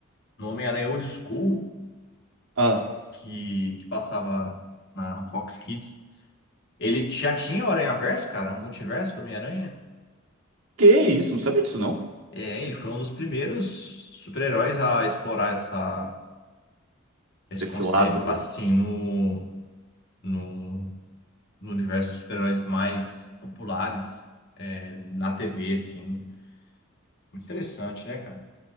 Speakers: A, on the left; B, on the right.
A: no Homem-Aranha Old School,
B: Ah,
A: que, que passava na Fox Kids, ele já tinha o Aranhaverso, cara, o multiverso do Homem-Aranha.
B: que isso? Não sabia disso, não?
A: É, ele foi um dos primeiros super-heróis a explorar essa, esse
B: Esse
A: conceito
B: lado.
A: assim no, no, no universo dos super-heróis mais populares é, na TV, assim. Muito interessante, né, cara?